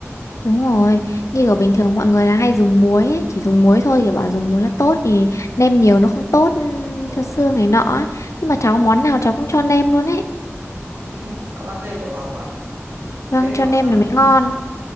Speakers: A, on the left (about 80°); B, on the right (about 55°).
A: đúng rồi.
B: Ừ,
A: Như ở bình thường mọi người là hay dùng muối ấy, chỉ dùng muối thôi kiểu bảo dùng muối nó tốt vì nêm nhiều nó không tốt ừm,
B: đúng rồi.
A: cho xương này nọ ấy. Nhưng mà cháu món nào cháu cũng cho nêm luôn ấy.
B: Ừ, cậu ăn lêm cậu hợp mà.
A: Vâng,
B: Thế
A: cho
B: bảo
A: nêm
B: sao?
A: là mới ngon.